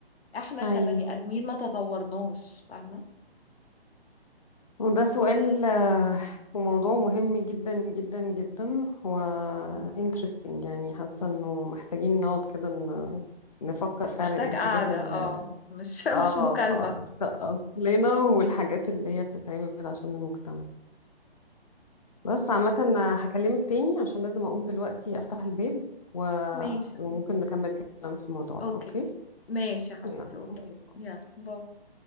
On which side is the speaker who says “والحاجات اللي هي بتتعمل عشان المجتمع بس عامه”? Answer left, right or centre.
Left